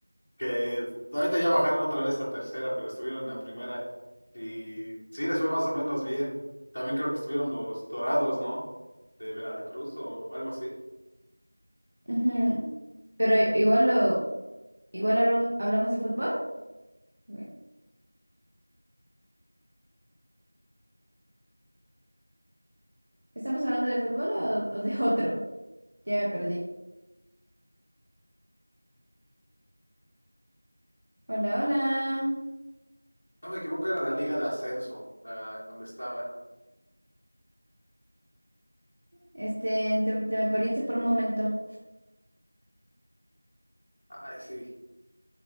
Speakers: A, on the left; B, on the right.
A: que ahorita ya bajaron otra vez a tercera, pero estuvieron en la primera y sí les fue más o menos bien. También creo que estuvieron los Dorados, ¿no? de Veracruz o algo así.
B: Ujú. Pero i- igual lo, igual hablam- hablamos de fútbol. Ok. ¿Estamos hablando de fútbol o, o de <laughs> otro? Ya me perdí. Hola, hola.
A: No me equivoco, era la Liga de Ascenso, la, donde estaba.
B: Este, te, te me perdiste por un momento.
A: Ay, sí,